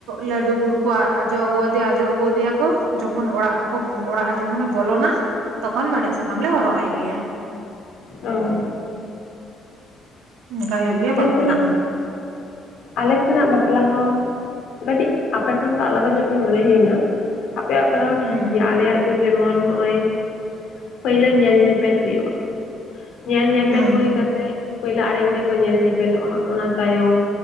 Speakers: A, on the right; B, on the left.
A: ᱞᱟᱹᱰᱩ ᱜᱩᱲ ᱠᱚ ᱟᱡᱚ ᱟᱹᱜᱩᱣᱟᱫᱮᱭᱟ ᱟᱡᱚ ᱟᱹᱜᱩᱣᱟᱫᱮᱭᱟ ᱠᱚ ᱡᱚᱠᱷᱚᱱ ᱚᱲᱟᱜ ᱟᱠᱚ ᱠᱚ ᱚᱲᱟᱜᱼᱟ ᱡᱚᱠᱷᱚᱱ ᱵᱚᱞᱚᱱᱟ ᱛᱚᱠᱷᱚᱱ ᱢᱮᱲᱦᱮᱫ ᱥᱟᱠᱟᱢ ᱞᱮ ᱦᱚᱨᱚᱜ ᱟᱭ ᱜᱮᱭᱟ ᱾
B: ᱚ ᱾
A: ᱚᱱᱠᱟ ᱦᱩᱭᱩᱜ ᱜᱮᱭᱟ ᱵᱟᱯᱞᱟ
B: ᱥᱮᱱᱟᱜ
A: ᱾
B: ᱟᱞᱮ ᱥᱮᱱᱟᱜ ᱵᱟᱯᱞᱟ ᱦᱚᱸ ᱠᱟᱹᱴᱤᱡ ᱟᱯᱮ ᱠᱷᱚᱱ ᱫᱚ ᱟᱞᱟᱫᱟ ᱧᱚᱜ ᱜᱮ ᱢᱚᱱᱮ ᱦᱩᱭᱱᱟ ᱾ ᱟᱯᱮᱭᱟᱜ ᱵᱟᱯᱞᱟ ᱦᱚᱸ
A: ᱦᱩᱸ
B: ᱴᱷᱤᱠ ᱜᱮᱭᱟ, ᱟᱞᱮᱭᱟᱜ ᱫᱚ ᱡᱮᱢᱚᱱ ᱦᱚᱸᱜᱼᱚᱭ ᱯᱩᱭᱞᱟᱹ ᱧᱮᱞ ᱧᱮᱯᱮᱞ ᱦᱩᱭᱩᱜᱼᱟ ᱾ ᱧᱮᱞ ᱧᱮᱯᱮᱞ
A: ᱦᱩᱸ
B: ᱦᱩᱭ ᱠᱟᱛᱮ, ᱯᱳᱭᱞᱳ ᱟᱲᱮ ᱩᱲᱮ ᱠᱚ ᱧᱮᱞ ᱧᱮᱯᱮᱞᱚᱜᱼᱟ, ᱚᱱᱟ ᱛᱟᱭᱚᱢ